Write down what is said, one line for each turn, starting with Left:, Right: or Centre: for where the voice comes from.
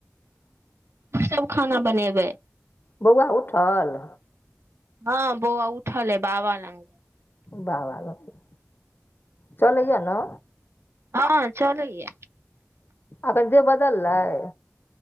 Right: की सब खाना बनेबै
Left: बौआ उठल
Right: हँ बौआ उठल अय बाबा लंग
Left: बाबा लंग चलैया ने
Right: हँ चलैय
Left: अखन दे बदललै